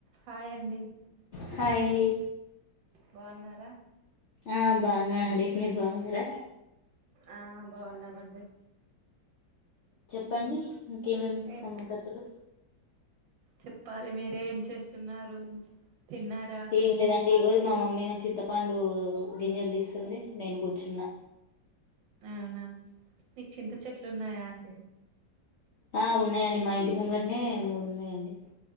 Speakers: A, on the right (about 80°); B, on the left (about 60°).
A: Hi అండి
B: hi అండి
A: బాగున్నారా
B: ఆ బాగున్న అండి ఇప్పుడు మీరు బాగున్నారా
A: ఆ బాగున్నామండి
B: చెప్పండి ఇంకేమేమి
A: ఏం
B: సంగతులు
A: చెప్పాలి మీరేం చేస్తున్నారు తిన్నారా
B: ఏం లేదండి ఇగోది మా మమ్మీ చింతపండు గింజలు తీస్తుంది నేను గూర్చున్నా
A: అవునా మీకు చింత చెట్లు ఉన్నాయా అండి
B: ఆ ఉన్నాయండి మా ఇంటి ముంగటనే మూడు ఉన్నాయండి